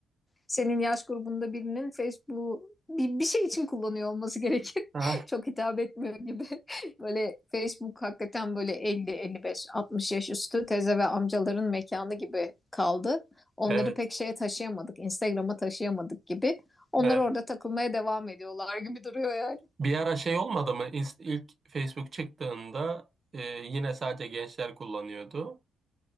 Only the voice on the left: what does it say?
senin yaş grubunda birinin Facebook bir, bir şey için kullanıyor olması gerekir.
<laughs> Çok hitap etmiyor gibi. <laughs> Böyle Facebook hakikaten böyle elli, elli beş, altmış yaş üstü teze ve amcaların mekanı gibi kaldı. Onları
pek şeye taşıyamadık, Instagram'a taşıyamadık gibi. Onlar
orada takılmaya devam ediyorlar gibi duruyor yani.